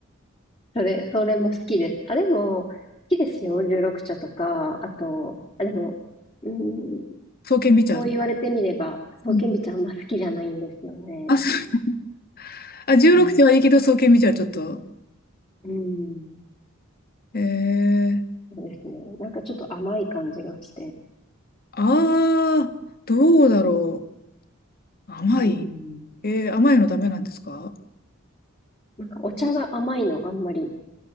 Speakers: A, on the left; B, on the left.
A: それ、それも好きです。あ、でも、好きですよ。十六茶とか、あと、あ、でも、うん
B: 爽健美茶。
A: そう言われてみれば、そうけんびちゃんあんま好きじゃないんですよね。
B: うん。あ、そう、あ、16茶はいいけど爽健美茶はちょっと。
A: はい。うん。
B: えー、
A: そうですね。なんかちょっと甘い感じがして。
B: ああ、どうだろう。甘い。
A: うん。
B: えー、甘いのダメなんですか
A: なんかお茶が甘いのあんまり、